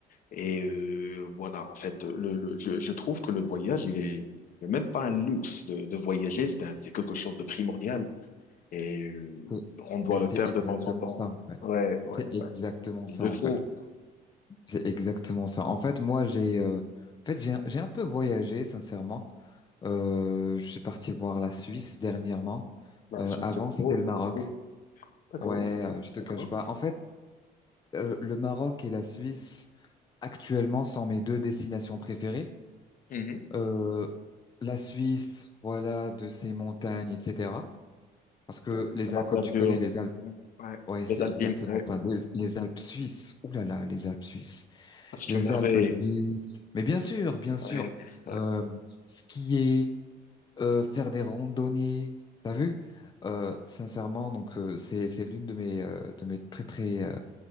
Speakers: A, on the left; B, on the left.
A: Et euh, voilà, en fait, le, le, je, je trouve que le voyage, il est il y même pas un luxe de, de voyager, c'est un- c'est quelque chose de primordial. Et euh,
B: c'est-
A: on doit
B: mais
A: le
B: c'est
A: faire
B: exactement
A: de temps en temps.
B: ça en fait.
A: Ouais, ouais,
B: C'est exactement
A: ouais. Il
B: ça
A: le
B: en
A: faut.
B: fait. C'est exactement ça. En fait, moi j'ai euh, en fait j'ai j'ai un peu voyagé sincèrement. Euh, je suis parti voir la Suisse dernièrement.
A: La
B: Euh,
A: Suisse,
B: avant
A: c'est
B: c'était
A: beau,
B: le Maroc.
A: c'est beau. D'accord,
B: Ouais, euh, je te
A: d'accord.
B: cache pas. En fait, euh, le Maroc et la Suisse actuellement sont mes deux destinations préférées.
A: Mhm.
B: Euh, la Suisse, voilà, de ses montagnes, etc. Parce que
A: Ouais,
B: les
A: À la
B: Alpes, comme
A: verdure.
B: tu connais les Alpes,
A: Ouais.
B: ouais, c'est
A: Les Alpines,
B: exactement
A: ouais.
B: ça. Les, les Alpes suisses. Ouh là là, les Alpes suisses.
A: Ah, c'est
B: Les
A: une merveille.
B: Alpes suisses. Mais bien sûr, bien sûr.
A: Ouais, ouais.
B: Euh, skier, euh, faire des randonnées. T'as vu? Euh, sincèrement, donc euh, c'est c'est l'une de mes euh, de mes très très euh,